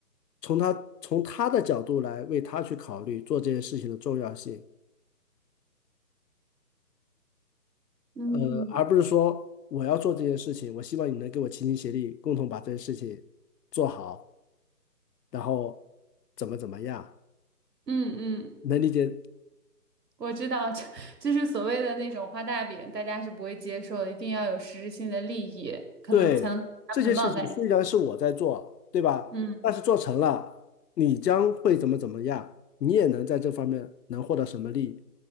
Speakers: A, on the left (about 75°); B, on the right (about 75°).
A: 从他从他的角度来为他去考虑做这件事情的重要性。
B: 嗯
A: 呃，而不是说我要做这件事情，
B: 嗯
A: 我希望你能给我齐心协力，共同把这件事情做好，然后怎么怎么样，
B: 嗯嗯嗯。
A: 能理解？
B: 我知道，<laughs> 就就是所谓的那种画大饼，大家是不会接受的，一定要有实质性的利益，可能才能把它捆绑在一起。
A: 对，这件事情虽然是我在做，对吧？
B: 嗯
A: 但是做成了，你将会怎么怎么样，你也能在这方面能获得什么利益，